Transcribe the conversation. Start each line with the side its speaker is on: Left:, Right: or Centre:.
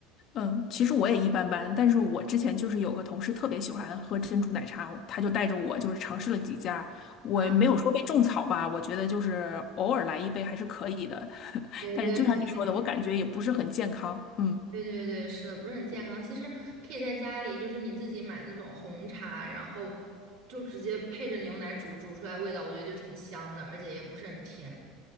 Left: 嗯，其实我也一般般，但是我之前就是有个同事特别喜欢喝珍珠奶茶，他就带着我就是尝试了几家，我没有说被种草吧，
Right: 啊，
Left: 我觉得就是偶尔来一杯还是可以的，<laughs>
Right: 对对对，
Left: 但是就像你说的，我感觉也不是很健康。嗯
Right: 对对对，是的，不是很健康。其实可以在家里，就是你自己买那种红茶，然后就直接配着牛奶煮，煮出来味道我觉得就挺香的，而且也不是很甜。